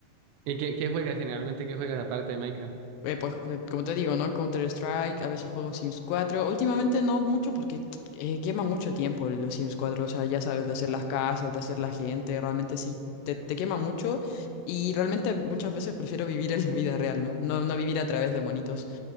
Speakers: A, on the right; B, on the left.
A: ¿Y qué, qué juegas generalmente? ¿Qué juegas aparte de Minecraft?
B: Eh, pues cu- como te digo, ¿no? Counter-Strike, a veces juego Sims 4. Últimamente no mucho porque t- eh, quema mucho tiempo los Sims 4. O sea, ya sabes, de hacer las casas, de hacer la gente. Realmente sí, te, te quema mucho. Y realmente muchas veces prefiero vivir en la vida real, ¿no? No, no vivir a través de monitos.